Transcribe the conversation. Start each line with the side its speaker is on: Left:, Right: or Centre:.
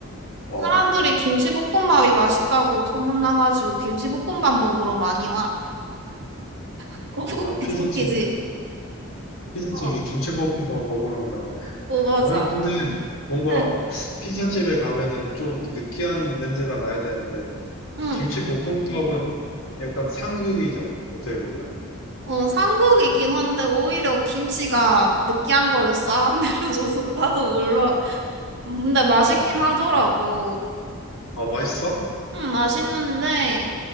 Left: 어.
Right: 사람들이 김치볶음밥이 맛있다고 소문나가지고 김치볶음밥 먹으러 많이 와. <laughs> 웃기지,
Left: 아, 피자집에,
Right: 웃기지?
Left: 피자집에
Right: 어,
Left: 김치볶음밥 먹으러 온다고?
Right: 어, 맞아.
Left: 아니, 근데 뭔가
Right: 응.
Left: 피자집에 가면은 좀 느끼한 냄새가 나야 되는데,
Right: 응.
Left: 김치볶음밥은 약간 상극이잖아, 어떻게 보면.
Right: 어, 삼국이긴 한데 오히려 김치가 느끼한 거를 싹 <laughs> 내려줘서 나도 몰라. 근데 맛있긴
Left: 아,
Right: 하더라고.
Left: 아, 맛있어?
Right: 응, 맛있는데